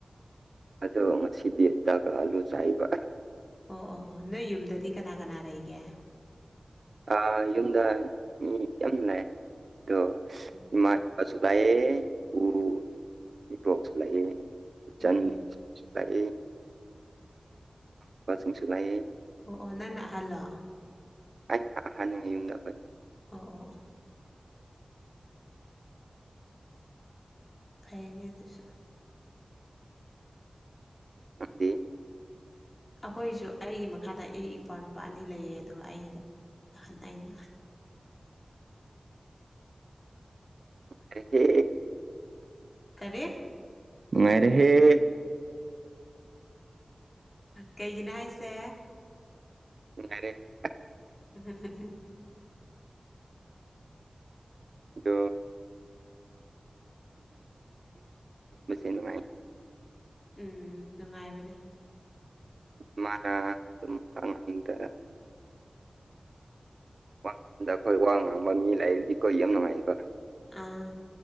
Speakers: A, on the right; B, on the left.
A: ꯑꯗꯣ ꯉꯁꯤꯗꯤ ꯗꯒ ꯑꯂꯨ ꯆꯥꯏꯕ
B: ꯑꯣ ꯑꯣ ꯑꯣ ꯅꯣꯏ ꯌꯨꯝꯗꯗꯤ ꯀꯅꯥ ꯀꯅꯥ ꯂꯩꯒꯦ
A: ꯑ ꯌꯨꯝꯗ ꯃꯤ ꯌꯥꯝ ꯂꯩ ꯑꯗꯣ
B: ꯍꯨꯝ
A: ꯏꯃꯥ ꯏꯄꯥꯁꯨ ꯂꯩꯌꯦ ꯎꯝ ꯏꯕꯣꯛꯁꯨ ꯂꯩꯌꯦ ꯏꯆꯟ
B: ꯎꯝ
A: ꯁꯨꯂꯥꯛꯑꯦ ꯏꯄꯥꯁꯤꯡꯁꯨ ꯂꯩꯥꯑꯦ
B: ꯑꯣ ꯑꯣ ꯅꯪꯅ ꯑꯍꯜꯂꯣ
A: ꯑꯩꯅ ꯑꯍꯟꯅꯦ ꯌꯨꯝꯗ ꯑꯩꯈꯣꯏ
B: ꯑꯣ ꯑꯣ ꯑꯣ ꯐꯩꯅꯦ ꯑꯗꯨꯁꯨ
A: ꯅꯪꯗꯤ
B: ꯑꯈꯣꯏꯁꯨ ꯑꯩꯒꯤ ꯃꯈꯥꯗ ꯑꯩ ꯏꯄ꯭ꯋꯥꯅꯨꯄꯥ ꯑꯅꯤ ꯂꯩꯌꯦ ꯑꯗꯨꯒ ꯑꯩꯒ ꯑꯍꯟ ꯑꯩꯅ ꯑꯍꯟ
A: ꯀꯥꯏꯗꯦ
B: ꯀꯔꯤ
A: ꯅꯨꯡꯉꯥꯏꯔꯦꯍꯦ
B: ꯀꯩꯒꯤꯅꯣ ꯍꯥꯏꯁꯦ
A: <unintelligible>
B: ꯑꯍꯝ ꯍꯝ ꯍꯝ
A: ꯑꯗꯣ <inaudible>
B: ꯎꯝ ꯅꯨꯡꯉꯥꯏꯕꯅꯦ
A: ꯃ ꯑꯗꯨꯝꯀꯗ <unintelligible> ꯋꯥ ꯉꯥꯡꯝꯗ ꯑꯩꯈꯣꯏ ꯋꯥ ꯉꯥꯡꯝꯕ ꯃꯤ ꯂꯔꯗꯤ ꯀꯣ ꯌꯥꯝ ꯅꯨꯡꯉꯥꯏꯌꯦꯕ
B: ꯑꯥ